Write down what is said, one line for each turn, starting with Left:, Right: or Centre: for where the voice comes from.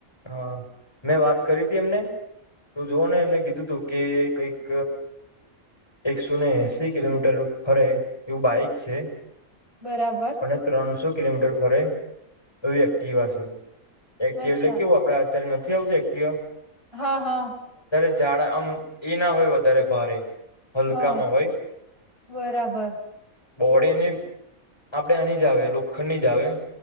Left: હા મેં વાત કરી હતી એમને તો જોવા ને એમને કીધું તું કે કઈક એકસો ને એસીી કિલોમીટર ફરે એવું બાઈક છે
Right: બરાબર
Left: અને ત્રણસો કિલોમીટર ફરે એ એક્ટિવાશે એક્ટિવ
Right: અચ્છા
Left: એટલે કેવું આપડે અત્યારે નથી આવજ એક્ટિવ
Right: હા હા
Left: ઝાડા આમ એ ના હોય વધારે ભારે હલકામાં
Right: હા
Left: હોય
Right: બરાબર
Left: બહળીની આપડે આની જ આવે લોખંડ ની જ આવે